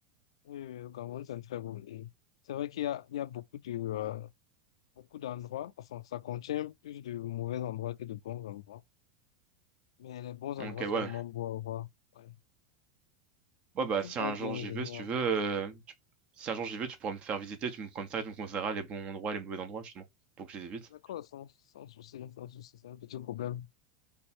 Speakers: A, on the left; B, on the right.
A: Oui, oui, le Cameroun, c'est un très beau pays. C'est vrai qu'il y a, il y a beaucoup de, euh, beaucoup d'endroits, enfin, ça contient plus de mauvais endroits que de bons endroits. Mais les bons endroits
B: Donc euh,
A: sont
B: ouais,
A: vraiment beaux à voir. Ouais.
B: ouais,
A: Mais
B: bah
A: tu
B: si
A: pourrais
B: un
A: bien
B: jour
A: y
B: j'y
A: venir.
B: veux, si tu veux, euh, tu- si un jour j'y veux, tu pourras me faire visiter, tu me comme ça, tu me conseilleras les bons endroits, les mauvais endroits justement, pour que je les évite.
A: D'accord, sans, sans souci, sans souci, c'est un petit problème.